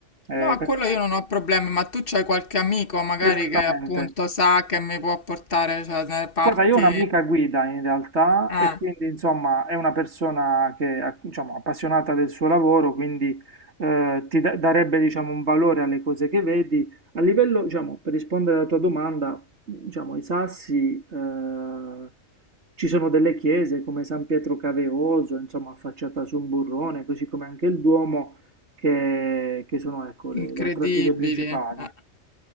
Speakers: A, on the right (about 60°); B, on the left (about 45°).
A: eh,
B: No, a
A: per-
B: quello io non ho problemi, ma tu c'hai qualche amico magari
A: esattamente.
B: che appunto sa che mi può portare, cioè, nelle parti
A: Guarda, io ho un'amica guida in realtà
B: eh,
A: e quindi insomma è una persona che è diciamo, appassionata del suo lavoro, quindi eh, ti da- darebbe diciamo, un valore alle cose che vedi. A livello, diciamo, per rispondere alla tua domanda, diciamo, i Sassi eh, ci sono delle chiese come San Pietro Caveoso, insomma, affacciata su un burrone, così come anche il Duomo, che, che sono ecco, le,
B: incredibili.
A: le attrattive principali.
B: Eh,